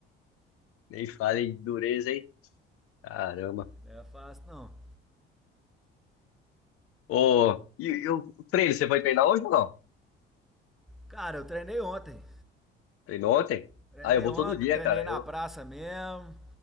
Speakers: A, on the left; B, in the centre.
A: Nem fale em dureza, hein? Caramba.
B: Não é fácil, não.
A: Ô, e, e o treino, você foi treinar hoje ou não?
B: Cara, eu treinei ontem.
A: Treinou ontem?
B: Treinei
A: Ah, eu vou
B: ontem,
A: todo dia,
B: treinei
A: cara.
B: na
A: Eu,
B: praça mesmo.